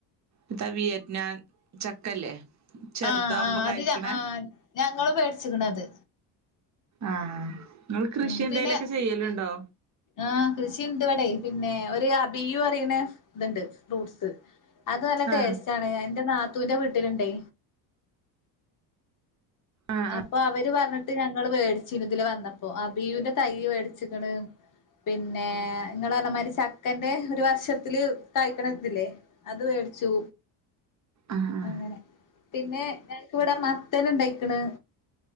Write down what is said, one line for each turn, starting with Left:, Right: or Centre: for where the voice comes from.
Right: എത്ത വിയറ്റ്നാം ചക്കല്ലേ? ചെറുതാവുമ്പോ
Left: ആഹ് ആഹ്
Right: കായ്ക്ക്ണേ
Left: അത് ആഹ് ഞങ്ങളും വേടിച്ച്ക്ക്ണ് അത്
Right: ആഹ് ഇങ്ങള് കൃഷി
Left: ഉം
Right: എന്തേലൊക്കെ
Left: പിന്നെ
Right: ചെയ്യല്ണ്ടോ?
Left: ആഹ് കൃഷിയിണ്ട് ഇവടെ പിന്നെ ഒരു അബിയു പറിയ്ണ ഇത്ണ്ട് ഫ്രൂട്ട്സ് അത് നല്ല ടേസ്റ്റാണ്
Right: ആഹ്
Left: അത് ഇന്റെ നാത്തൂന്റെ വീട്ടില്ണ്ടേ
Right: ആഹ് ആഹ്
Left: അപ്പൊ അവര് പറഞ്ഞിട്ട് ഞങ്ങള് വേടിച്ചിന് ഇതില് വന്നപ്പോ അബിയൂന്റെ തൈ വേടിച്ച വേടിച്ച്ക്ക്ണ് പിന്നേ ഇങ്ങള് പർഞ്ഞമാതിരി ചക്കന്റെ ഒരു വർഷത്തില് കാഴ്ക്ക്ണ ഇതില്ലേ അത് വേടിച്ചു
Right: ആഹ് ആഹ്
Left: അങ്ങനെ പിന്നെ ഞങ്ങക്ക് ഇവടെ മത്തന് ഇണ്ടായിക്ക്ണ്